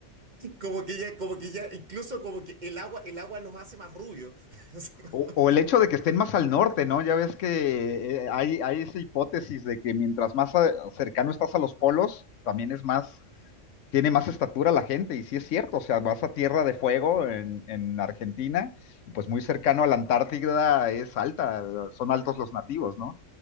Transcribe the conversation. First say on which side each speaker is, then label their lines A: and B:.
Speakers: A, on the right; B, on the left.
A: Como que ya, como que ya, incluso como que el agua, el agua los hace más rubios. <laughs> Así como-
B: O, o el hecho de que estén más al norte, ¿no? Ya ves que eh, hay, hay esa hipótesis de que mientras más a- cercano estás a los polos, también es más tiene más estatura la gente, y sí es cierto, o sea, vas a Tierra de Fuego en, en Argentina, y pues muy cercano a la Antártida es alta, son altos los nativos, ¿no?